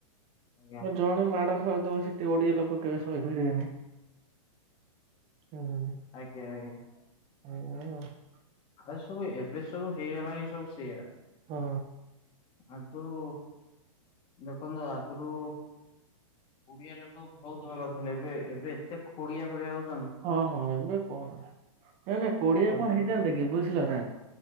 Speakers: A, on the left; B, on the right.
A: ଆଜ୍ଞା
B: ଆ ଜଣେ ମାଡ ଖାଉଥିବ ସେଠି ଓଡିଆ <unintelligible> କେବେ ସହିପାରିବିନି ହୁଁ।
A: ଆଜ୍ଞା ଆଜ୍ଞା।
B: ହୁଁ।
A: ଆଉ ସବୁ ଏବେ ସବୁ ହେଇଗଲାଣି ସବୁ ସେଇଆ।
B: ହୁଁ।
A: ଆଗରୁ ଦେଖନ୍ତୁ ଆଗରୁ ଓଡିଆ ଲୋକ ବହୁତ ଭଲଥିଲେ ଏବେ ଏବେ ଏତେ ଖୋଡି ଭଳିଆଉ
B: ହଁ ହଁ ଏବେ କଣ ନ ନାଇଁ କୋଡିଆ
A: ପଇସା
B: କଣ ହେଇଥାନ୍ତା
A: ପତ୍ର
B: କି ବୁଝିଲ ନା।